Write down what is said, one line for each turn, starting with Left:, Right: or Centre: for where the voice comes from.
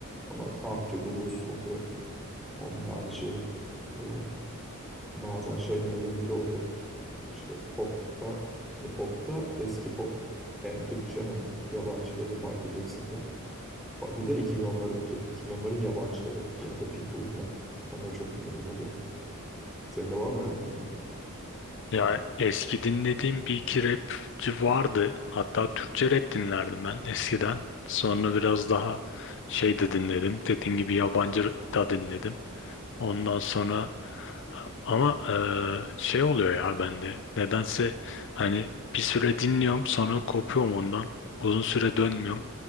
Centre: Ama country blues oluyor. Onun harici e, bazen şey dinlediğim bir de oluyor. İşte popta hani popta eski pop. Hem Türkçe hem yabancı böyle Michael Jackson falan. Ba- Bir de 2010'larınki. 2010'ların yabancıları. Yani de Pitbull falan. Onları çok dinlediğim oluyor. Senin de var mı öyle dinlediğin?
Left: Ya eski dinlediğim bir iki rapçi vardı. Hatta Türkçe rap dinlerdim ben eskiden. Sonra biraz daha şey de dinledim. Dediğim gibi yabancı da dinledim. Ondan sonra ama eee, şey oluyor ya bende. Nedense hani bir süre dinliyorum sonra kopuyorum ondan. Uzun süre dönmüyorum.